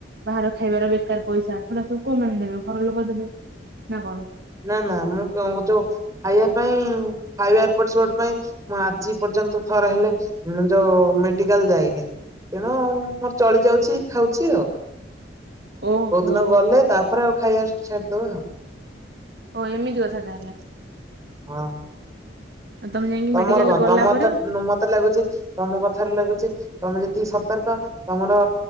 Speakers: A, on the right (about 55°); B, on the right (about 15°).
A: ବାହାର ଖାଇବାର ବେକାର ପଇସା ସେଡ଼ା ସବୁ କୋଉମାନେ ଦେବେ ଘର ଲୋକ ଦେବେ ନା କଣ?
B: ନା ନା ମୁଁ କ ଯୋଉ ଖାଇବା ପାଇଁ ଖାଇବା ଏପଟ ସେପଟ ପାଇଁ ମୁଁ ଆଜି ପର୍ଯ୍ୟନ୍ତ ଥରେ ହେଲେ ଯୋଉ ମେଡିକାଲ୍ ଯାଇନି। ତେଣୁ ମୋର ଚଳି ଯାଉଛି ଖାଉଛି ଆଉ
A: ଓହୋ।
B: କୋଉ ଦିନ ଗଲେ ତାପରେ ଆଉ ଖାଇବା ଛାଡ଼ିଦବା ଆଉ
A: ଓ ଏମିତି କଥା ତାହେଲେ
B: ହଁ।
A: ତମେ ଯାଇକି
B: ତମର
A: ମେଡିକାଲ
B: କଣ
A: ଗଲା
B: ତମର
A: ପରେ
B: ତ ମତେ ଲାଗୁଛି ତମ କଥାରେ ଲାଗୁଛି ତମେ ଯେତିକି ସତର୍କ ତମର